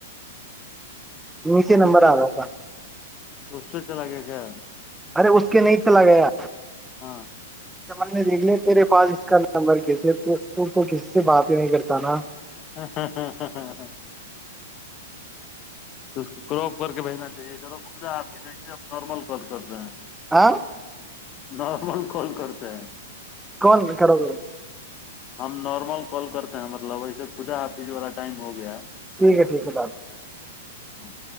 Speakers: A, in the centre; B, on the left (about 30°).
A: نیچے
B: اس
A: نمبر آ رہا تھا
B: اس چ لگے کیا
A: ارے اس کے نہیں چلا گیا
B: ہاں
A: چمن نے دیکھ لے تیرے پاس اس کا نمبر کیسے تو کسی سے بات ہی نہیں کرتا نا
B: ہاں ہاں ہاں ہاں ہاں ہاں تو اس کو کراپ کر کے بھیجنا چاہیے خدا آپ بھیجےپ نارمل ک کرتے ہیں
A: آاں <inaudible>
B: نارمل کال کرتے ہیں
A: کون کرا ت
B: ہم نارمل کال کرتے ہیں مطلب ایسے خدا آفس والا ٹائم ہو گیا
A: ٹھیک ہے ٹھیک ہے ب
B: ہاں